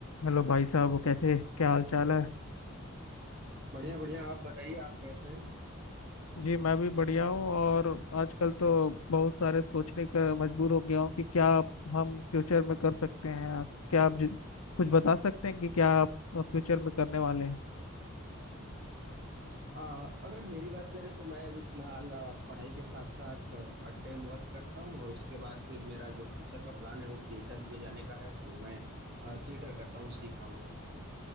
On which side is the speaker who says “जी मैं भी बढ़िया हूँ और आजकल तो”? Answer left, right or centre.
Left